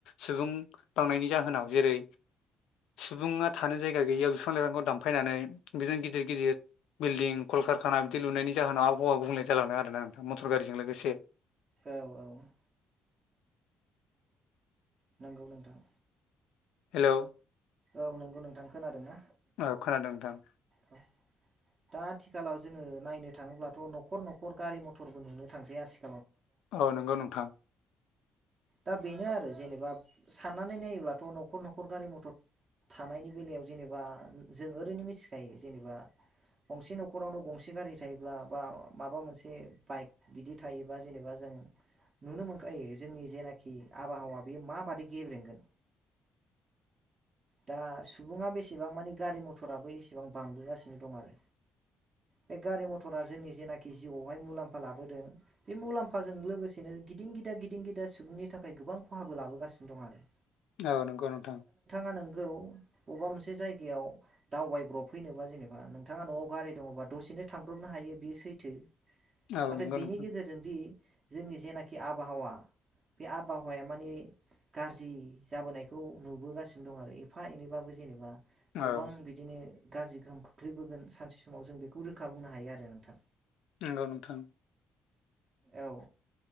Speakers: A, on the left; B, on the right.
A: सुबुं थांनायनि जाहोनाव जेरै सुबुङा थानो जायगा गैयियाव बिफां लाइफांखौ दामफायनानै बिदिनो गिदिर गिदिर बिल्डिं कलकारखाना बिदि लुनायनि जाहोनाव आबहावा गुबुंले जालांदों आरोना नोंथां मटर गारिजों लोगोसे
B: औ औ। नंगौ नोंथां
A: हेल'।
B: औ नोंगौ नोंथां खोनादों ना
A: औ खोनादों नोंथां।
B: <unintelligible> दा आथिखालाव जोङो नायनो थाङोब्लाथ' न'खर न'खर गारि मथरबो नुनो थांसै आथिखा
A: औ नोंगौ नोंथां
B: दा बेनो आरो जेनेबा साननानै नायोब्लाथ' न'खर न'खर गारि मथर थानायनि बेलायाव जेनेबा जों ओरैनो मिथिखायो जेनेबा गंसे न'खरावनो गंसे गारि थायोब्ला बा माबा मोनसे बाइक बिदि थायोबा जेनेबा जों नुनो मोनखायो जोंनि जेना आबहावा बेयो माबादि गेब्रेंगोन दा सुबुङा बेसेबां मानि गारि मथराबो एसेबां बांबोगासिनो दं आरो बे गारि मथरा जोंनि जेनाखि जिउआवहाय मुलाम्फा लाबोदों बे मुलाम्फाजों लोगोसेनो गिदिं गिदा गिदिं गिदा सुबुंनि थाखाय गोबां खहाबो लाबोगासिनो दं आरो
A: औ नोंगौ नोंथां।
B: ङा नोंगौ अबा मोनसे जायगायाव दावबायब्रब फैनोबा जेनेबा नोंथाङा न'आव गारि दङबा दसेनो थांब्रबनो हायो बेयो सैथो
A: औ
B: नाथाय
A: नंगौ
B: बिनि
A: नोंथां
B: गेजेरजोंदि जोंनि जेनाखि आबहावा बे आबहावाया मानि गाज्रि जाबोनायखौ नुबोगासिनो दं आरो एफा एनैबाबो जेनेबा गोबां
A: औ
B: बिदिनो गाज्रि गोहोम खोख्लैबोगोन सानसे समाव जों बेखौ रोखा बुंनो हायो आरो नोंथां
A: नोंगौ नोंथां
B: औ।